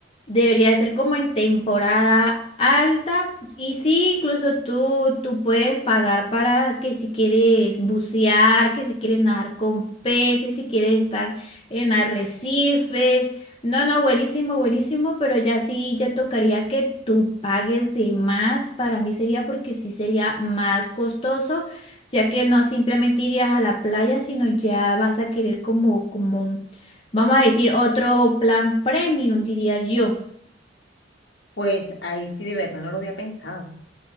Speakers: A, on the left; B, on the left.
A: Debería ser como en temporada alta. Y sí, incluso tú, tú puedes pagar para que si quieres bucear, que si quieres nadar con peces, si quieres estar en arrecifes. No, no, buenísimo, buenísimo, pero ya sí, ya tocaría que tú pagues de más. Para mí sería porque sí sería más costoso, ya que no simplemente irías a la playa, sino ya vas a querer como, como, vamos a decir, otro plan premium, diría yo.
B: Pues ahí sí de verdad no lo había pensado.